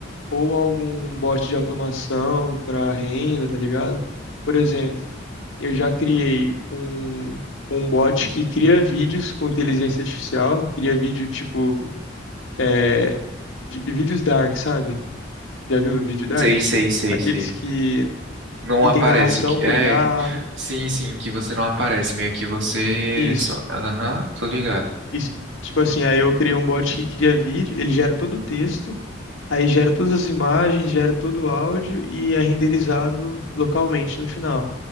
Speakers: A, on the left (about 85°); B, on the right (about 70°).
A: ou algum bot de automação para renda, tá ligado? Por exemplo, eu já criei um um bot que cria vídeos com inteligência artificial, cria vídeo tipo eh, de- vídeos dark, sabe? Já viu o vídeo dark?
B: Sei, sei, sei,
A: Aqueles
B: sei.
A: que,
B: Não
A: que
B: aparece.
A: tem narração
B: que-
A: com
B: É,
A: IA.
B: Sim, sim, que você não aparece, meio que você
A: Isso.
B: só. Aham, tô ligado.
A: Isso. Tipo assim, aí eu criei um bot que cria vídeo, ele gera todo o texto, aí gera todas as imagens, gera todo o áudio e é renderizado localmente no final.